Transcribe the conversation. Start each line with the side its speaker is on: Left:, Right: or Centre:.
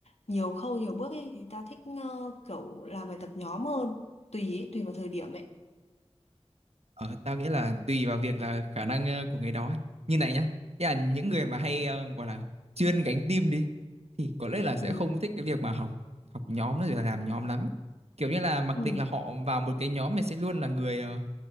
Left: nhiều khâu nhiều bước ấy thì ta thích ờ, kiểu làm bài tập nhóm hơn, tùy ấy, tùy vào thời điểm ấy.
Right: Ờ, tao nghĩ là tùy vào việc là khả năng ờ, của người đó ấy. Như này nhá. Thế là những người mà hay ờ, gọi là chuyên gánh team đi. Thì có lẽ là
Left: Ừ,
Right: sẽ không thích cái việc mà học học nhóm nó rồi là làm nhóm lắm. Kiểu như là mặc
Left: ừ
Right: định là họ vào một cái nhóm này sẽ luôn là người ờ,